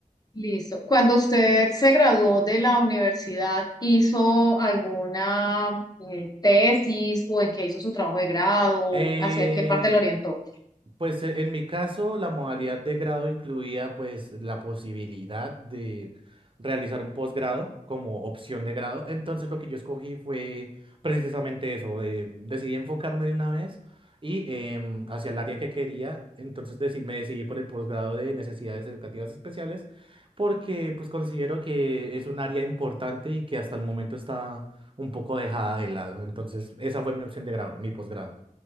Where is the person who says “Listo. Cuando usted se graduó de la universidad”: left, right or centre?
Left